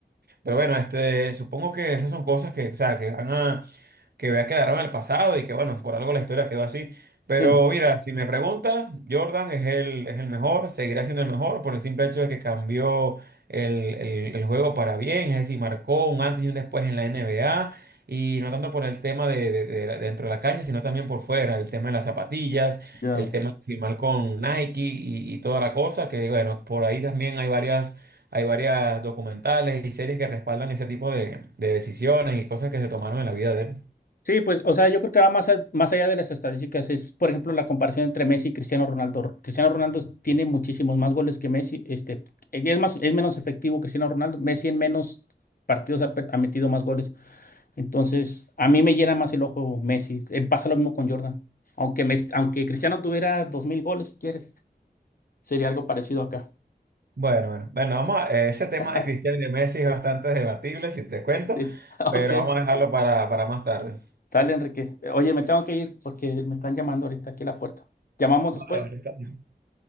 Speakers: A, on the right; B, on the left.
A: Pero bueno, este, supongo que esas son cosas que, o sea, que van a, que ya quedaron en el pasado y que bueno, por algo la historia quedó así. Pero
B: Sí,
A: mira, si me preguntas, Jordan es el, es el mejor, seguirá siendo el mejor por el simple hecho de que cambió el, el- el juego para bien, es decir, marcó un antes y un después en la NBA. Y no tanto por el tema de, de- de la- dentro de la cancha, sino también por fuera, el tema de las zapatillas,
B: ya.
A: el tema de firmar con Nike y, y toda la cosa, que bueno, por ahí también hay varias, hay varias documentales y series que respaldan ese tipo de, de decisiones y cosas que se tomaron en la vida de él.
B: Sí, pues, o sea, yo creo que va más, a- más allá de las estadísticas. Es, por ejemplo, la comparación entre Messi y Cristiano Ronaldo. Cristiano Ronaldo tiene muchísimos más goles que Messi. Este, es más, es menos efectivo Cristiano Ronaldo. Messi en menos partidos ha, per- ha metido más goles. Entonces, a mí me llena más el ojo Messi. Eh, pasa lo mismo con Jordan. Aunque, Messi- aunque Cristiano tuviera 2.000 goles, si quieres, sería algo parecido acá.
A: Bueno, bueno, bueno, vamos a- eh, ese tema
B: <laughs>
A: de Cristiano y de Messi es bastante debatible, si te cuento,
B: Sí, <laughs>
A: pero
B: ok.
A: vamos a dejarlo para, para más tarde.
B: Sale, Enrique. Oye, me tengo que ir porque me están llamando ahorita aquí a la puerta. ¿Llamamos
A: Vale,
B: después?
A: vale, está bien.